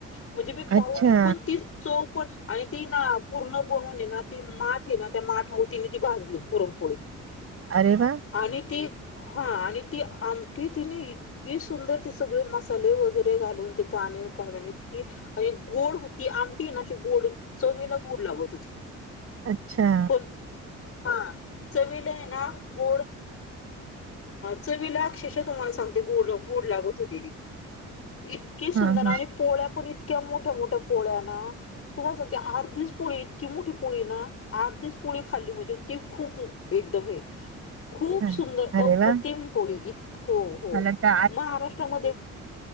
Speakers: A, on the left (about 50°); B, on the right (about 50°).
A: म्हणजे मी पाहून
B: अच्छा
A: पण ती चोख पण आणि ती ना पूर्ण बनवून ये ना, ती माठ हे ना त्या माठाव तीन ती भाजली पुरणपोळी.
B: अरे वा!
A: आणि ती हा आणि ती आमटी तिने इत की सुंदर ते सगळे मसाले वगैरे घालून, ते पाणी काढून इतकी आणि गोड होती, आमटी ना अशी गोड चवीला गोड लागत होती.
B: अच्छा.
A: पण हा चवील आहे ना गोड. चवीला अक्षश तुम्हाला सांगते गड गोड लागत होते ती इ. इतककी सुंदर
B: हा हा
A: आणि पोळ्या पण इतक्या मोठ्या मोठ्या पोळ्या ना. तुम्हाला सांगते आठ दीस पोळी इतकी मोठी पोळी ना आठ दीस पोळी खाल्ली म्हणजे त खूप एकदम हे.
B: <unintelligible>
A: खूप सुंदर
B: अरे
A: अप्रतिम
B: वा
A: कोोळी हो हो
B: मला तर
A: महाराष्ट्रामध्ये